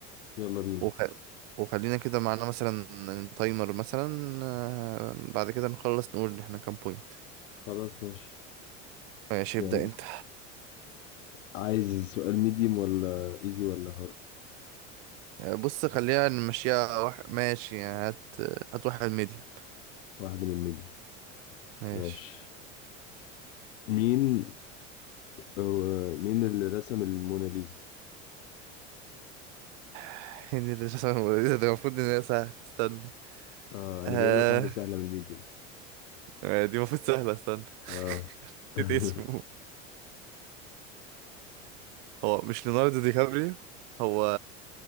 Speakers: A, on the left; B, on the right.
A: يلا بينا
B: وخ... وخلينا كده معانا مثلا تايمر مثلا آه، بعد كده نخلص نقول احنا كام بوينت
A: خلاص ماشي
B: ماشي
A: يعني
B: ابدأ انت
A: عايز سؤال ميديوم ولا ايزي ولا هارد
B: بص خلينا نمشيها وح... ماشي يعني هات هات واحد ميديا
A: واحدة من ميديوم
B: ماشي
A: ماشي مين هو- مين اللي رسم الموناليزا
B: <laughs> هني اللي شخص ده ده المفروض ان هي سهلة استنى
A: اه
B: آه...
A: انا جايب لك واحدة سهلة من الميديوم يعني
B: آه، دي المفروض سهلة استنى
A: اه
B: <laughs>
A: <laughs>
B: نسيت اسمه هو مش ليوناردو دي كابريو هو